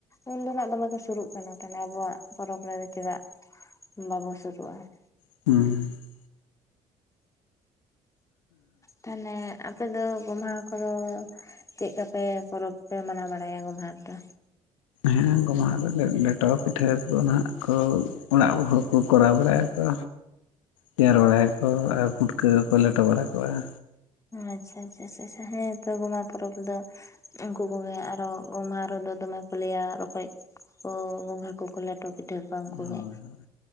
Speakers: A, on the left; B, on the left.
A: ᱩᱱᱫᱚ ᱱᱟᱜ ᱫᱚᱢᱮ ᱠᱚ ᱥᱩᱨᱩᱜ ᱠᱟᱱᱟ ᱛᱟᱦᱞᱮ ᱟᱵᱚᱣᱟᱜ ᱯᱚᱨᱚᱵᱽ ᱨᱮᱫᱚ ᱪᱮᱫᱟᱜ ᱵᱟᱵᱚ ᱥᱩᱨᱩᱜᱼᱟ ᱾
B: ᱦᱩᱸ᱾
A: ᱛᱟᱦᱚᱞᱮ ᱟᱯᱮᱫᱚ ᱜᱚᱢᱦᱟ ᱠᱚᱫᱚ᱾ ᱪᱮᱫᱠᱟᱯᱮ ᱯᱚᱨᱚᱵᱽ ᱯᱮ ᱢᱟᱱᱟᱣ ᱵᱟᱲᱟᱭᱟ ᱜᱚᱢᱦᱟ ᱨᱮ ᱫᱚ᱾
B: ᱦᱮᱸ ᱜᱚᱢᱦᱟᱼᱼ ᱚᱱᱟᱫᱚ ᱞᱮᱴᱚ ᱯᱤᱴᱷᱟᱹᱠᱚ ᱱᱟᱦᱟᱜ ᱠᱚ ᱚᱲᱟᱜ ᱦᱚᱲ ᱠᱚ ᱠᱚᱨᱟᱣ ᱵᱟᱲᱟᱭᱟ ᱠᱚ᱾ ᱛᱮᱭᱟᱨ ᱵᱟᱲᱟᱭᱟᱠᱚ ᱟᱨ ᱯᱩᱴᱠᱟᱹ ᱠᱚᱠᱚ ᱞᱮᱴᱚ ᱵᱟᱲᱟ ᱠᱚᱜᱣᱟ᱾
A: ᱟᱪᱪᱷᱟ ᱟᱪᱪᱷᱟ ᱦᱮᱸ ᱛᱚ ᱜᱚᱢᱦᱟ ᱯᱚᱨᱚᱵᱽ ᱫᱚ᱾ ᱩᱱᱠᱩ ᱠᱚᱜᱮ ᱟᱨᱚ ᱜᱳᱢᱦᱟ ᱨᱮᱫᱚ ᱫᱚᱢᱮ ᱠᱚ ᱞᱟᱹᱭᱟ ᱨᱚᱠᱚᱡᱼᱼ ᱚ ᱜᱚᱸᱜᱷᱟ ᱠᱚᱠᱚ ᱞᱮᱴᱚ ᱯᱤᱴᱷᱟᱹ ᱠᱚᱣᱟ ᱩᱱᱠᱩ
B: ᱦᱳᱭ
A: ᱜᱮᱼᱼ
B: ᱦᱳᱭ